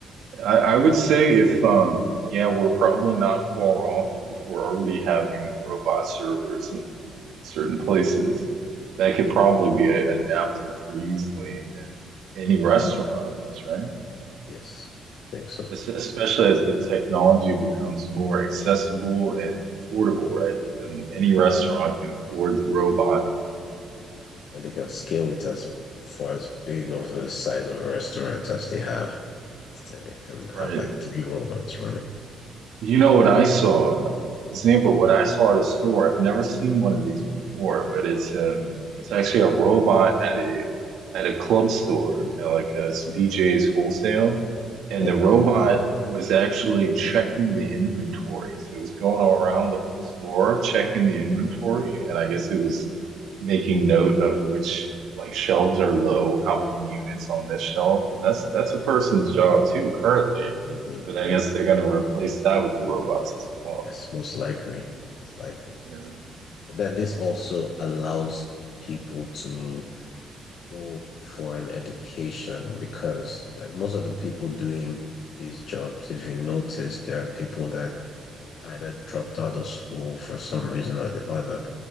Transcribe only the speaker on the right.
I, I would say if um yeah, we're probably not far off if we're already having robot servers in certain places. That
could probably be a- adapted pretty easily
in any restaurant almost, right?
Es- Especially as the technology becomes more accessible and affordable, right? Then
any restaurant can afford the robot,
right?
You know what I saw? Example, what I saw at a store. I've never seen one of these before, but it's um, it's actually a robot at a at a club store, kind of like uh, it's BJ's Wholesale, and
the robot was actually checking the inventory. So it was going all around the whole store checking the inventory, and I guess it was making note of which like shelves are low, how many units on this shelf, and that's that's a person's job too currently.
But
I guess they're gonna replace that with the robots as well.
Yeah,